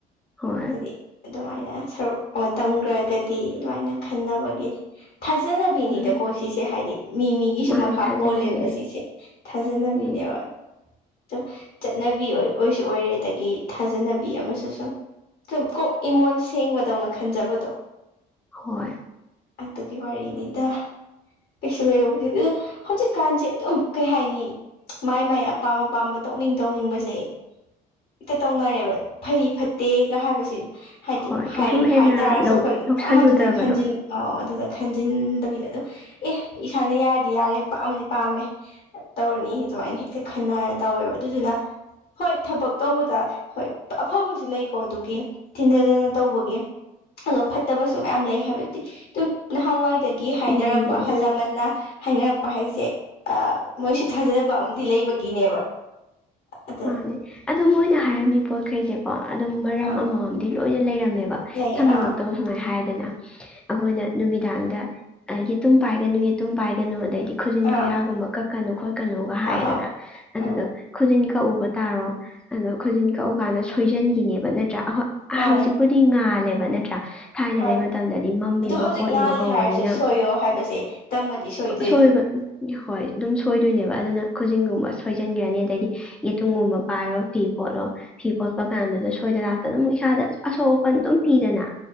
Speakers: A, in the centre; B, on the left.
A: ꯍꯣꯏ
B: ꯍꯥꯏꯗꯤ ꯑꯗꯨꯃꯥꯏꯅ ꯁꯔꯨꯛ ꯑꯃ ꯇꯝꯒ꯭ꯔꯒꯗꯤ ꯑꯗꯨꯃꯥꯏꯅ ꯈꯟꯅꯕꯒꯤ ꯊꯥꯖꯅꯕꯤꯅꯤꯗꯀꯣ
A: ꯎꯝ
B: ꯁꯤꯁꯦ ꯍꯥꯏꯗꯤ ꯃꯤ ꯃꯤꯒꯤꯁꯨ
A: ꯃꯥꯅꯦ
B: ꯃꯈꯥ
A: ꯊꯥꯖꯅꯕꯤꯅꯦ
B: ꯄꯣꯜꯂꯦꯕ ꯁꯤꯁꯦ ꯊꯥꯖꯅꯕꯤꯅꯦꯕ
A: ꯎꯝ
B: ꯑꯗꯨ ꯆꯠꯅꯕꯤ ꯑꯣꯏ ꯑꯣꯏꯁꯨ ꯑꯣꯏꯔꯦ ꯑꯗꯒꯤ ꯊꯥꯖꯅꯕꯤ ꯑꯃꯁꯨ ꯁꯨꯝ ꯁꯨꯝ ꯀꯣꯛ ꯏꯃꯣꯟ ꯁꯦꯡꯕꯗꯧꯅ ꯈꯟꯖꯕꯗꯣ
A: ꯍꯣꯏ
B: ꯑꯪ ꯑꯗꯨꯒꯤ ꯋꯥꯔꯤꯅꯤꯗ ꯀꯩꯁꯨ ꯂꯩꯕꯕꯨꯗꯤ ꯑꯗꯨ ꯍꯧꯖꯤꯛꯀꯥꯟꯁꯦ ꯑꯗꯨꯝ ꯀꯩ ꯍꯥꯏꯅꯤ ꯃꯥꯏ ꯃꯥꯏ ꯑꯄꯥꯝ ꯑꯄꯥꯝꯕ ꯇꯧꯅꯤꯡ ꯇꯧꯅꯤꯡꯕꯖꯦ ꯍꯦꯛꯇ ꯇꯧꯅꯔꯦꯕ ꯐꯩ ꯐꯠꯇꯦꯒ ꯍꯥꯏꯕꯁꯤ ꯍꯥꯏꯗꯤ
A: ꯍꯣꯏ
B: ꯍꯥꯏ
A: ꯀꯩꯁꯨ ꯍꯦꯟꯅ
B: ꯍꯥꯏꯇꯥꯔꯁꯨ
A: ꯂꯧ
B: ꯑꯈꯣꯏ
A: ꯂꯧꯁꯜꯂꯨꯗ꯭ꯔꯕꯗꯣ
B: ꯌꯥꯝ ꯑꯗꯨꯗ ꯈꯟꯖꯤꯟ ꯑꯧ ꯑꯗꯨꯗ ꯈꯟꯖꯤꯟꯗꯕꯤꯗ ꯑꯗꯨꯝ ꯑꯦ ꯏꯁꯥꯅ ꯌꯥꯔꯗꯤ ꯌꯥꯔꯦ ꯄꯥꯝꯃꯗꯤ ꯄꯥꯝꯃꯦ ꯇꯧꯔꯅꯤ ꯑꯗꯨꯃꯥꯏꯅ ꯍꯦꯛꯇ ꯈꯟꯅꯔ ꯇꯧꯋꯦꯕ ꯑꯗꯨꯗꯨꯅ ꯍꯣꯏ ꯊꯕꯛ ꯇꯧꯕꯗ ꯍꯣꯏ ꯑꯐꯕꯁꯨ ꯂꯩꯀꯣ ꯑꯗꯨꯒꯤ ꯊꯤꯟꯗꯥꯗꯅ ꯇꯧꯕꯒꯤ ꯑꯗꯣ ꯐꯠꯇꯕꯁꯨ ꯃꯌꯥꯝ ꯂꯩ ꯍꯥꯏꯕꯗꯤ ꯑꯗꯨꯝ ꯅꯍꯥꯟꯋꯥꯏ ꯗꯒꯤ ꯍꯥꯏꯅꯔꯛꯄ
A: ꯂꯩꯔꯤꯅꯦ
B: ꯑꯍꯜ ꯂꯃꯟꯅ ꯍꯥꯏꯅꯔꯛꯄ ꯄꯥ ꯍꯥꯏꯁꯦ ꯑ ꯃꯣꯏꯁꯨ ꯊꯥꯖꯕ ꯑꯝꯗꯤ ꯂꯩꯕꯒꯤꯅꯦꯕ ꯑꯗꯣ
A: ꯃꯥꯅꯦ ꯑꯗꯣ ꯃꯣꯏꯅ ꯍꯥꯏꯔꯝꯃꯤ ꯄꯣꯠꯈꯩꯖꯦ ꯀꯣ ꯑꯗꯨꯝ ꯃꯔꯝ
B: ꯑꯥ
A: ꯑꯃꯃꯝꯗꯤ ꯂꯣꯏꯅ ꯂꯩꯔꯝꯃꯦꯕ
B: ꯂꯩ
A: ꯁꯝꯅꯃꯛꯇꯕꯨ
B: ꯑꯥ
A: ꯁꯨꯃꯥꯏꯅ ꯍꯥꯏꯗꯅ ꯑꯈꯣꯏꯅ ꯅꯨꯃꯤꯗꯥꯡꯗ ꯑ ꯌꯦꯇꯨꯝ ꯄꯥꯏꯒꯅꯨ ꯌꯦꯇꯨꯝ ꯄꯥꯏꯒꯅꯨ ꯑꯗꯩꯗꯤ ꯈꯨꯖꯤꯟ
B: ꯑꯥ
A: ꯈꯨꯌꯥꯒꯨꯝꯕ ꯀꯛꯀꯅꯨ ꯈꯣꯠꯀꯅꯨꯒ ꯍꯥꯏꯌꯦꯗꯅ
B: ꯑꯥ ꯑꯥ
A: ꯑꯗꯨꯗꯣ
B: ꯑꯥ
A: ꯈꯨꯖꯤꯟ ꯀꯛꯎꯕ ꯇꯥꯔꯣ ꯑꯗꯣ ꯈꯨꯟꯖꯤꯟ ꯀꯛꯎ ꯀꯥꯟꯗ ꯁꯣꯏꯖꯟꯒꯤꯅꯦꯕ ꯅꯠꯇ꯭ꯔ ꯑꯍꯣꯏ
B: ꯃꯥꯅꯦ
A: ꯍꯧꯖꯤꯛ ꯄꯨꯗꯤ ꯉꯥꯜꯂꯦꯕ ꯅꯠꯇ꯭ꯔꯥ ꯊꯥꯏꯅꯉꯩ
B: ꯑꯗꯨ
A: ꯃꯇꯝꯗꯗꯤ ꯃꯝꯃꯤꯕ
B: ꯑꯗꯨ ꯍꯧꯖꯤꯛ
A: ꯈꯣꯠꯂꯤꯕ
B: ꯅꯥꯜꯂꯦ
A: ꯀꯧꯕꯅꯤꯅ
B: ꯍꯥꯏꯔꯁꯨ ꯁꯣꯏꯌꯣ ꯍꯥꯏꯕꯁꯦ ꯇꯝꯃꯗꯤ ꯁꯣꯏꯗꯣꯏꯅꯤ
A: ꯑꯁꯣꯏꯕ ꯍꯣꯏ ꯑꯗꯨꯝ ꯁꯣꯏꯗꯣꯏꯅꯦꯕ ꯑꯗꯨꯅ ꯈꯨꯖꯤꯡꯒꯨꯝꯕ ꯁꯣꯏꯖꯟꯒ꯭ꯔꯅꯤ ꯑꯗꯩꯗꯤ ꯌꯦꯇꯨꯝꯒꯨꯝꯕ ꯄꯥꯏꯔꯣ ꯐꯤ ꯐꯣꯠꯂꯣ ꯐꯤ ꯐꯣꯠꯄ ꯀꯥꯟꯗꯨꯗ ꯁꯣꯏꯗ ꯂꯥꯛꯇꯅ ꯑꯗꯨꯝ ꯏꯁꯥꯗ ꯑꯁꯣꯛ ꯑꯄꯟ ꯑꯗꯨꯝ ꯄꯤꯗꯅ